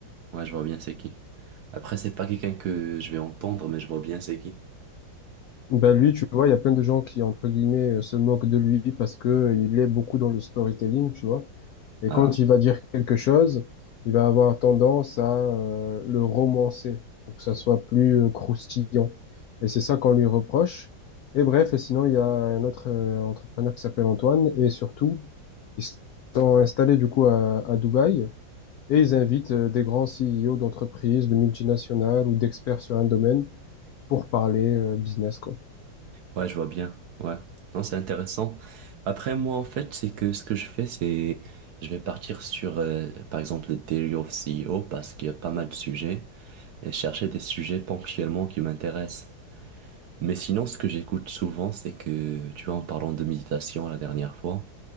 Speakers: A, on the right; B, on the left.
A: Ouais, je vois bien c'est qui. Après, c'est pas quelqu'un que je vais entendre, mais je vois bien c'est qui.
B: Ben lui, tu vois, il y a plein de gens qui, entre guillemets, euh, se moquent de lui parce que euh, il est beaucoup dans le storytelling, tu vois. Et
A: Ah.
B: quand il va dire quelque chose, il va avoir tendance à euh, le romancer pour que ça soit plus euh, croustillant. Et c'est ça qu'on lui reproche. Et bref, et sinon, il y a un autre euh, entrepreneur qui s'appelle Antoine. Et surtout, ils sont installés du coup à, à Dubaï. Et ils invitent euh, des grands CEO d'entreprises, de multinationales ou d'experts sur un domaine pour parler euh, business, quoi.
A: Ouais, je vois bien. Ouais. Non, c'est intéressant. Après, moi, en fait, c'est que ce que je fais, c'est, je vais partir sur, euh, par exemple, le Daily of CEO parce qu'il y a pas mal de sujets et chercher des sujets ponctuellement qui m'intéressent. Mais sinon, ce que j'écoute souvent, c'est que, tu vois, en parlant de méditation la dernière fois,